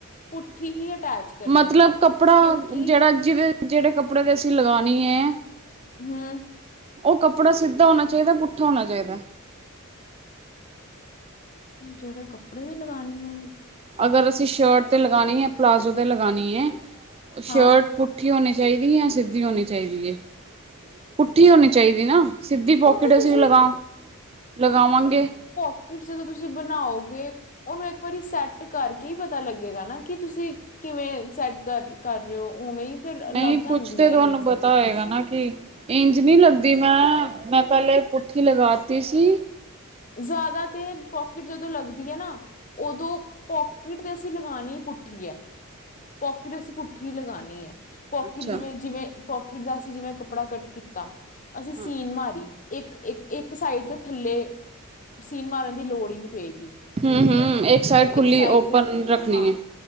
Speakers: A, on the left; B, on the right.
A: ਪੁੱਠੀ ਹੀ ਅਟੈਚ ਕਰਨੀ
B: ਮਤਲਬ
A: ਹੈ ਕਿਉਂਕਿ
B: ਕੱਪੜਾ ਜਿਹੜਾ ਜਿਹਦੇ ਜਿਹੜੇ ਕੱਪੜੇ ਦੇ ਅਸੀਂ ਲਗਾਣੀ ਏ।
A: ਹੂੰ
B: ਉਹ ਕੱਪੜਾ ਸਿੱਧਾ ਹੋਣਾ ਚਾਹੀਦਾ ਪੁੱਠਾ ਹੋਣਾ ਚਾਹੀਦਾ।
A: ਜਿਹੜੇ ਕੱਪੜੇ ਦੀ ਲਗਾਾਨਣੇ ਆ ਮ।
B: ਅਗਰ ਅਸੀਂ ਸ਼ਰਟ 'ਤੇ ਲਗਉਣੀ ਹੈ ਪਲਾਜ਼ੋ 'ਤੇ ਲਗਣੀ ਹੈ ਸ਼ਰਟ।
A: ਹਾਂ
B: ਪੁੱਠੀ ਹੋਣੀ ਚਾਹੀਦੀ ਜਾਂ ਸਿੱਧੀ ਹੋਣੀ ਚਾਹੀਦੀ ਹੈ ਪੁੱਠੀ ਹੋਣੀ ਚਾਹੀਦੀ ਨਾ। ਸਿੱਧੀ ਪੋਕਿਟ
A: ਉਹ ਤਾਂ
B: ਅਸੀਂ
A: ਤੁਸੀਂ
B: ਵੀ ਲਗਾ ਲਗਾਵਾਂਗੇ।
A: ਪੋਕਿਟ ਜਦੋਂ ਤੁਸੀਂ ਬਣਾਓਗੇ ਉਹਨੂੰ ਇੱਕ ਵਾਰੀ ਸੈੱਟ ਕਰਕੇ ਹੀ ਪਤਾ ਲੱਗੇਗਾ ਨਾ ਕੀ ਤੁਸੀਂ। ਕਿਵੇਂ ਸੈਟ ਕਰ ਕਰ ਰਹੇ ਹੋ ਉਵੇਂ। ਫਿਰ
B: ਨਹੀਂ
A: ਲੱਗ ਜਾਂਦੀ
B: ਕੁੱਛ ਤਾਂ
A: ਹੈ
B: ਤੁਹਾਨੂੰ
A: ਈਜ਼ੀ
B: ਪਤਾ ਹੋਏਗਾ ਨਾ ਕਿ। ਇੰਜ ਨਹੀਂ ਲੱਗਦੀ ਮੈਂ ਮੈਂ ਪਹਿਲੇ ਪੁਠੀ ਲਗਾ ਦਿੱਤੀ ਸੀ।
A: ਜ਼ਿਆਦਾ ਤੇ। ਪੋਕਿਟ ਜਦੋਂ ਲੱਗਦੀ ਹੈ ਨਾ ਉਦੋਂ ਪੋਕਿਟ ਤੇ ਅਸੀਂ ਲਗਾਉਣੀ ਹੀ ਪੁੱਠੀ ਹੈ। ਪਕਿਟ ਅਸੀਂ ਪੁੱਠੀ ਲਗਾਉਣੀ ਹੈ। ਪੋਕਿਟ
B: ਅੱਛਾ
A: ਜਿਵੇਂ ਜਿਵੇਂ ਪੋਕਿਟ ਦਾ ਅਸੀਂ ਜਿਵੇਂ ਕੱਪੜਾ ਕੱਟ ਕੀਤਾ ਅਸੀਂ
B: ਹਾਂ
A: ਸੀਨ ਮਾਰੀ। ਇੱਕ, ਇੱਕ ਇੱਕ ਸਾਈਡ ਦੇ ਥੱਲੇ। ਸੀਨ ਮਾਰਨ ਦੀ ਲੋੜ ਹੀ ਨਹੀਂ ਪਏਗੀ
B: ਹੂੰ, ਹੂੰ ਇੱਕ ਸਾਈਡ ਖੁੱਲੀ
A: ਸਾਈਡ
B: ਓਪਨ
A: ਤੇ
B: ਰੱਖਣੀ
A: ਹਾਂ
B: ਹੈ।